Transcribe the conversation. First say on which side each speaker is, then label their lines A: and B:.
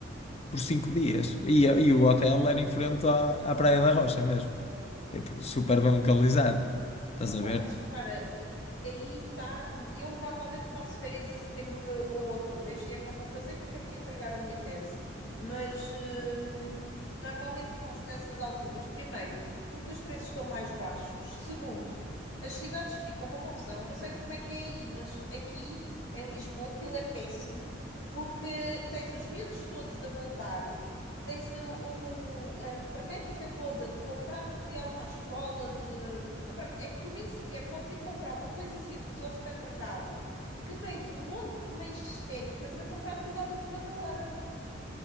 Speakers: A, on the left; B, on the left.
A: por cinco dias. E, e o hotel era em frente à, à Praia da Rocha mesmo, tipo, super bem localizado. Estás a
B: Pá,
A: ver?
B: mas repara, eh, aí está. Eu normalmente faço férias a setembro ou outubro. Este ano não vou fazer, que eu tenho que entregar a minha tese. Mas hum, normalmente faço nessas alturas. Primeiro, porque os preços estão mais baixos. Segundo, as cidades ficam uma confusão. Eu não sei como é que é aí, mas aqui em Lisboa aquilo é péssimo, porque tens os miúdos todos a voltar. Tens o, o- a frenética toda de comprar material para a escola, de Epá, É que tu nem sequer podes ir comprar uma coisa simples ao supermercado que tens um monte de mães histéricas a comprar tudo à última da hora.